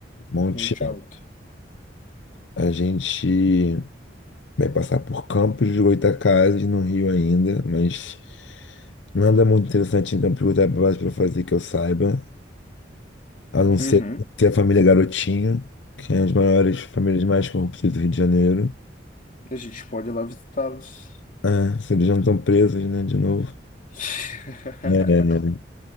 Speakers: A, on the left (about 75°); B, on the left (about 45°).
A: Monte
B: Monte
A: Tiago.
B: Alto.
A: A gente vai passar por Campos de Goytacazes, no Rio ainda, mas nada muito interessante em Campos de Goytacazes para fazer que eu saiba, a não ser
B: Uhum.
A: ter a família Garotinho, que é uma das maiores famílias mais corruptas do Rio de Janeiro.
B: A gente pode ir lá visitá-los.
A: Ah, se eles já não estão presos, né, de novo.
B: <laughs>
A: É,